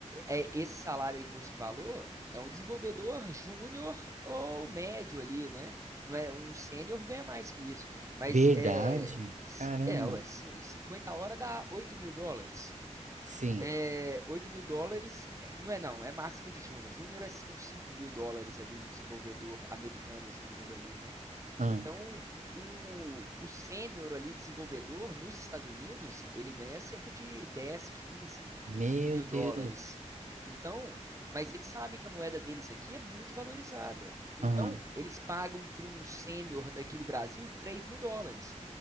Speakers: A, on the right; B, on the right.
A: é esse salário aí que você falou é um desenvolvedor júnior ou médio ali, né? Não é um sênior ganha mais que isso. Mas
B: Verdade?
A: é,
B: Caramba.
A: é, ué, cin- 50 horas dá 8 mil dólares.
B: Sim.
A: É, 8 mil dólares, é, não é não, é máxima de júnior. Júnior é uns 5 mil dólares ali, um desenvolvedor americano júnior ali, né?
B: Ah,
A: Então, um, o sênior ali, desenvolvedor, nos Estados Unidos, ele ganha cerca de dez, quinze
B: meu
A: mil
B: Deus.
A: dólares. Então, mas eles sabem que a moeda deles aqui é muito valorizada. Então,
B: Aham.
A: eles pagam para um sênior daqui do Brasil 3 mil dólares.